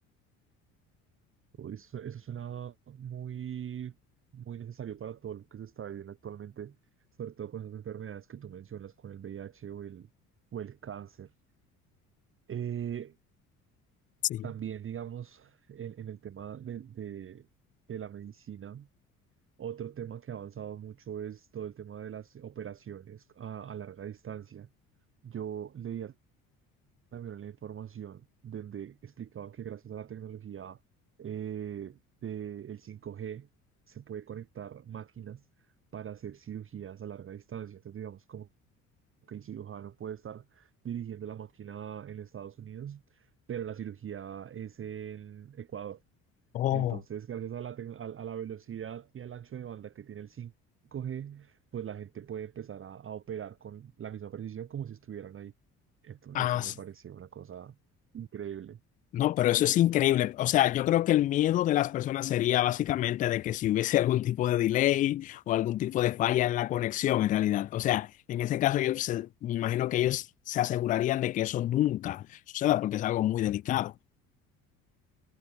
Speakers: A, on the right; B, on the left.
A: Uy, Eso, eso suena muy, muy necesario para todo lo que se está viviendo actualmente, sobre todo con esas enfermedades que tú mencionas, con el V I H o el, o el cáncer. Eh,
B: Sí.
A: también, digamos, en, en el tema de, de, de la medicina, otro tema que ha avanzado mucho es todo el tema de las operaciones a, a larga distancia. Yo leía también la información donde explicaba que gracias a la tecnología eh, del 5G se puede conectar máquinas para hacer cirugías a larga distancia. Entonces, digamos, como que el cirujano puede estar dirigiendo la máquina en Estados Unidos, pero la cirugía es en Ecuador.
B: Oh,
A: Entonces, gracias a la, tec- a, a la velocidad y al ancho de banda que tiene el 5G, pues la gente puede empezar a, a operar con la misma precisión como si estuvieran ahí. Entonces,
B: ah,
A: eso me
B: s-
A: pareció una cosa increíble.
B: no, pero eso es increíble. O sea, yo creo que el miedo de las personas sería básicamente de que si hubiese <laughs> algún tipo de delay o algún tipo de falla en la conexión, en realidad. O sea, en ese caso yo se- me imagino que ellos se asegurarían de que eso nunca suceda porque es algo muy delicado.